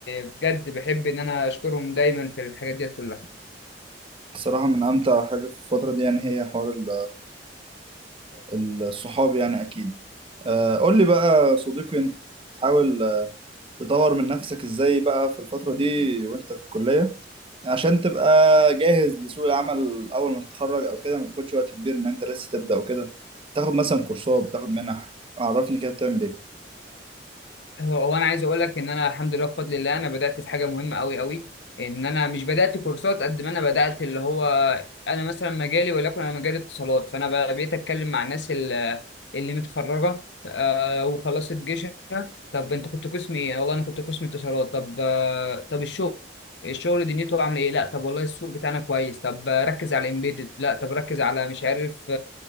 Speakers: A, on the left (about 70°); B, on the right (about 30°).
A: بجد بحب ان انا اشكرهم دايما في الحاجات ديت كلها
B: الصراحة من أمتع حاجة في الفترة دي يعني هي حوار ال ال الصحاب يعني أكيد آه، قول لي بقى صديقي أنت بتحاول آه، تطور من نفسك إزاي بقى في الفترة
A: ايوه
B: دي وأنت في الكلية عشان تبقى جاهز لسوق العمل أول ما تتخرج أو كده ما تاخدش وقت كبير إن أنت لسه تبدأ وكده تاخد مثلا كورسات بتاخد منح عرفني كده بتعمل إيه
A: هو انا عايز اقول لك ان انا الحمد لله بفضل الله انا بدات في حاجه مهمه قوي قوي ان انا مش بدات كورسات قد ما انا بدات اللي هو انا مثلا مجالي وليكن انا مجال اتصالات فانا بقى- بقيت اتكلم مع الناس ال- اللي متخرجه آه، وخلصت جيشها طب انت كنت قسم ايه والله انا كنت قسم اتصالات طب آه، طب الشغل الشغل دنيته عامله ايه لا طب والله السوق بتاعنا كويس طب آه، ركز على الامبيدد لا طب ركز على مش عارف